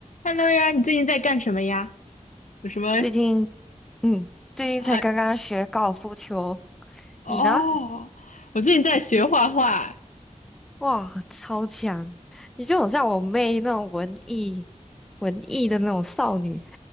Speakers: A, on the left (about 70°); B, in the centre.
A: Hello 呀，你最近在干什么呀？有什么
B: 最近，嗯，最近才刚刚学高尔夫球，
A: 啊？哦，
B: 你呢？
A: 我最近在学画画
B: 哇，超强！你就很像我妹那种文艺、文艺的那种少女。